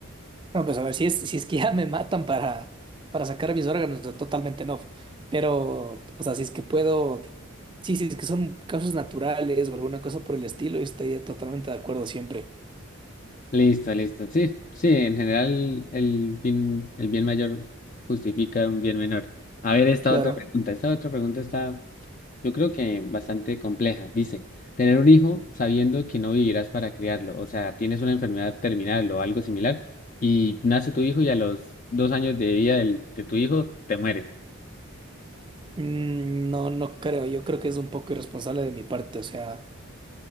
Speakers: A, on the right (about 20°); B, on the left (about 35°).
A: No, pues a ver, si es, si es que ya me matan para, para sacar mis órganos, o sea, totalmente no. Pero, o sea, si es que puedo, sí, si es que son casos naturales o alguna cosa por el estilo, yo estaría totalmente de acuerdo siempre.
B: Listo, listo. Sí, sí, en general el bien, el bien mayor justifica un bien menor. A ver, esta
A: Claro.
B: otra pregunta. Esta otra pregunta está, yo creo que bastante compleja. Dice, tener un hijo sabiendo que no vivirás para criarlo, o sea, tienes una enfermedad terminal o algo similar, y nace tu hijo y a los dos años de vida del- de tu hijo te mueres.
A: Mm, no, no creo. Yo creo que es un poco irresponsable de mi parte. O sea,